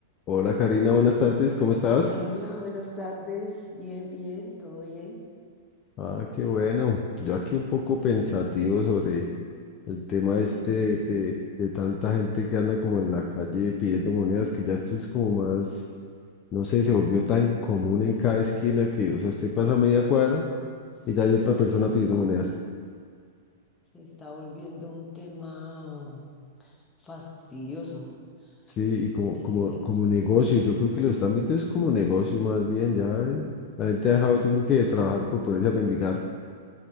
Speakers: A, on the left (about 35°); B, on the left (about 20°).
A: Hola Karina, buenas tardes, ¿cómo estás?
B: Hola, buenas tardes. Bien, bien, todo bien.
A: Ah, qué bueno. Yo aquí un poco pensativo sobre el tema
B: ¿Sobre
A: este
B: qué?
A: de, de tanta gente que anda como en la calle pidiendo monedas, que ya esto es como más, no sé, se volvió tan común en cada esquina que, o sea, usted pasa media cuadra
B: Sí,
A: y ya hay otra persona pidiendo monedas.
B: se está volviendo un tema fastidioso.
A: Sí, y como,
B: Eh,
A: como, como
B: s-
A: negocio, yo creo que lo están viendo es como negocio más bien, ya eh, la gente ha dejado, yo creo que de trabajar por ponerse a mendigar.